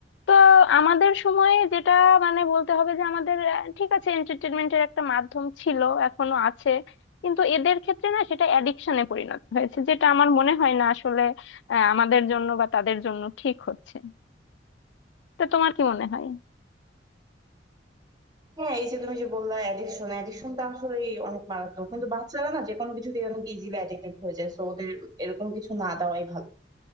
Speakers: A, on the left; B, on the right.
A: তো আমাদের সময়ে যেটা মানে বলতে হবে যে আমাদের আহ, ঠিক আছে এন্টারটেনমেন্টের একটা মাধ্যম ছিল এখনো আছে কিন্তু এদের ক্ষেত্রে না সেটা অ্যাডিকশনে পরিণত হয়েছে যেটা আমার মনে হয় না আসলে আহ, আমাদের জন্য বা তাদের জন্য ঠিক হচ্ছে তো তোমার কি মনে হয়
B: হ্যাঁ এই যে তুমি যে বললা অ্যাডিকশন অ্যাডিকশনটা আসলে অনেক মারাত্মক কিন্তু বাচ্চারা না যে কোনো কিছুতে অনেক ইজিলি অ্যাডিক্টেড হয়ে যায় তো ওদের এরকম কিছু না দেওয়াই ভালো